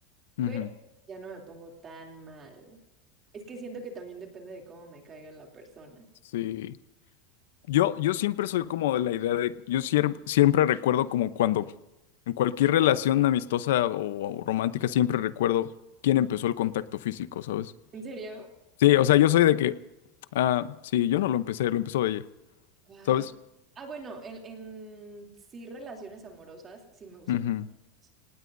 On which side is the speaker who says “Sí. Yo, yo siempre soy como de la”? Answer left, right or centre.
Left